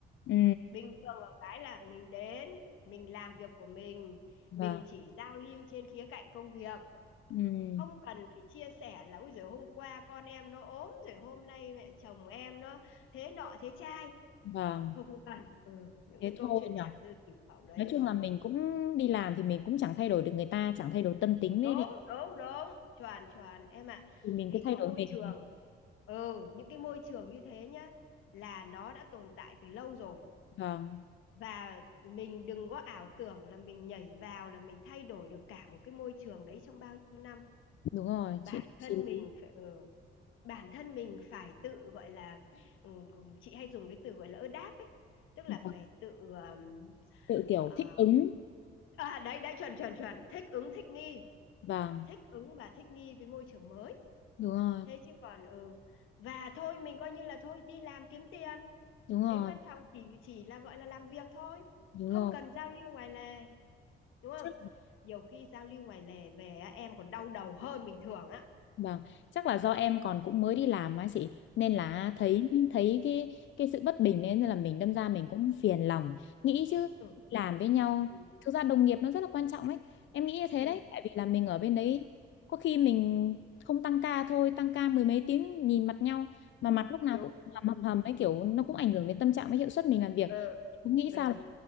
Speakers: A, on the left (about 70°); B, on the left (about 85°).
A: Ừ.
B: bình thường ở cái là mình đến mình làm việc của mình
A: Vâng.
B: mình chỉ giao lưu trên khía cạnh công việc
A: Ừ.
B: không cần phải chia sẻ là ôi giời hôm qua con em nó ốm rồi hôm nay mẹ chồng em nó thế nọ thế trai
A: Vâng.
B: không không cần ừ, những
A: thế
B: cái câu
A: thôi
B: chuyện
A: nhở
B: chả dư tiểu hậu đấy
A: nói chung
B: ừ.
A: là mình cũng đi làm thì mình cũng chẳng thay đổi được người ta chẳng thay đổi tâm tính đấy
B: đúng
A: thì
B: đúng đúng chuẩn chuẩn em ạ
A: mình
B: vì
A: cứ thay
B: cái
A: đổi
B: môi
A: mình
B: trường ừ những cái môi trường như thế nhá là nó đã tồn tại từ lâu rồi
A: vâng
B: và mình đừng có ảo tưởng là mình nhảy vào là mình thay đổi được cả một cái môi trường đấy trong bao nhiêu năm
A: đúng rồi
B: bản
A: chị
B: thân
A: chị
B: mình
A: lý
B: phải ừ, bản thân mình phải tự, gọi là, chị hay dùng cái từ, gọi là, ơ, đáp ấy, tức là
A: vâng.
B: phải tự, ờm,
A: tự kiểu
B: ờ
A: thích ứng
B: à, đấy, đấy, chuẩn, chuẩn, chuẩn, thích ứng, thích nghi,
A: vâng
B: thích ứng và thích nghi với môi trường mới.
A: đúng rồi
B: Thế chứ còn ừ, và thôi mình coi như là thôi đi làm kiếm tiền,
A: đúng rồi
B: đến văn phòng chỉ chỉ là, gọi là, làm việc thôi,
A: đúng
B: không
A: rồi
B: cần giao lưu ngoài lề, đúng không?
A: Chắc
B: Nhiều khi giao lưu ngoài lề về á, em còn đau đầu hơn bình thường á.
A: Vâng, chắc là do em còn cũng mới đi làm á chị nên là thấy
B: Ừ,
A: thấy cái cái sự bất bình nên là mình đâm ra mình cũng phiền lòng nghĩ chứ
B: ừ,
A: làm với nhau
B: ừ,
A: thực ra đồng nghiệp nó rất là quan trọng ấy em nghĩ như thế
B: ừ,
A: đấy tại vì là mình ở bên đấy
B: ừ,
A: có khi mình không tăng ca thôi tăng ca mười mấy tiếng nhìn mặt nhau mà mặt lúc nào
B: đúng
A: cũng
B: rồi.
A: hầm hầm hầm ấy kiểu nó cũng ảnh hưởng đến tâm trạng với hiệu suất mình làm việc
B: Ừ,
A: cũng nghĩ sao
B: ừ. ừ.
A: là